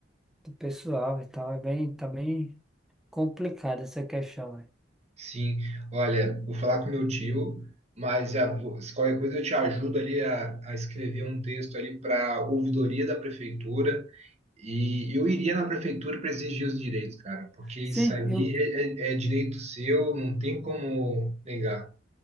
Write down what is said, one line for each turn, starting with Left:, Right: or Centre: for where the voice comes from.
Centre: do pessoal e tal. É bem, tá bem complicada essa questão, né?
Right: sim. Olha, vou falar com meu tio, mas já vou- se qualquer coisa eu te ajudo ali a, a escrever um texto ali para ouvidoria da prefeitura. E eu iria na prefeitura para exigir os direitos, cara, porque isso
Centre: Sim,
Right: aí
Centre: eu
Right: é, é- é direito seu, não tem como negar.